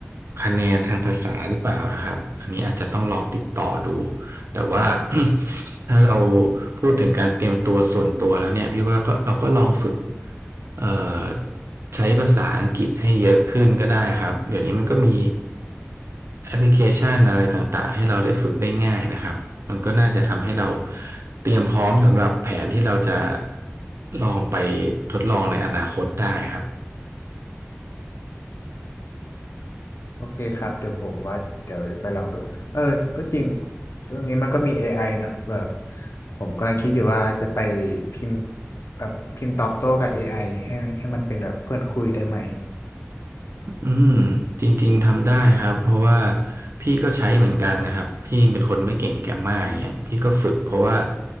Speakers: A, on the right; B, on the left.
A: คะแนนทางภาษาหรือเปล่านะครับอันนี้อาจจะต้องลองติดต่อดู แต่ว่า <coughs> ถ้าเราพูดถึงการเตรียมตัวส่วนตัวแล้วเนี่ยพี่ว่าก็เราก็ลองฝึกเอ่อใช้ภาษาอังกฤษให้เยอะขึ้นก็ได้ครับเดี๋ยวนี้มันก็มีแอปพลิเคชันอะไรต่างๆให้เราได้ฝึกได้ง่ายนะครับมันก็น่าจะทำให้เราเตรียมพร้อมสำหรับแผนที่เราจะลองไปทดลองในอนาคตได้ครับ
B: โอเคครับเดี๋ยวผมว่าเดี๋ยวไปลองดูเออก็จริงช่วงนี้มันก็มี AI นะแบบผมกำลังคิดอยู่ว่าจะไปพิมพ์แบบพิมพ์ตอบโต้กับ AI ให้ให้มันเป็นแบบเพื่อนคุยได้ไหม
A: อืมจริงๆทำได้ครับเพราะว่าพี่ก็ใช้เหมือนกันนะครับพี่เป็นคนไม่เก่งแกมมาอย่างเงี้ยพี่ก็ฝึกเพราะว่า